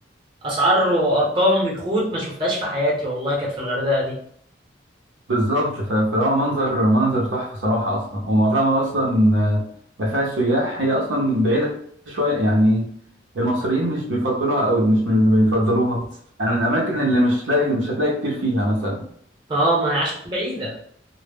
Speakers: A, on the right; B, on the right.
A: اسعار وارقام ويخوت ما شفتهاش في حياتي والله كانت في الغردقه دي
B: بالظبط ف- فهو منظر منظر تحفه صراحه اصلا ومعظمها اصلا آه، ما فيهاش سياح هي اصلا بعيده شويه يعني المصريين مش بيفضلوها قوي مش من اللي بيفضلوها يعني من الاماكن اللي مش تلاقي مش هتلاقي كتير فيها مثلا
A: اه ما هي عشان بعيده